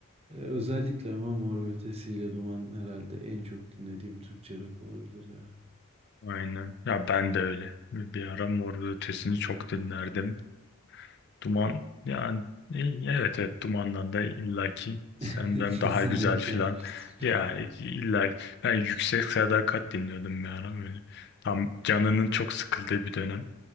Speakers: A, on the right; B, on the left.
A: E, özellikle ama Mor ve Ötesi ile Duman herhalde en çok dinlediğim Türkçe rock olabilir ya.
B: Aynen. Ya ben de öyle. Bir ara Mor ve Ötesi'ni çok dinlerdim. Duman yani e, evet evet dumandan da illaki senden
A: <laughs> Kesin
B: daha güzel
A: denk
B: filan.
A: gelmiştir.
B: Yani illa ben yüksek sadakat dinliyordum bir ara böyle. Tam canının çok sıkıldığı bir dönem.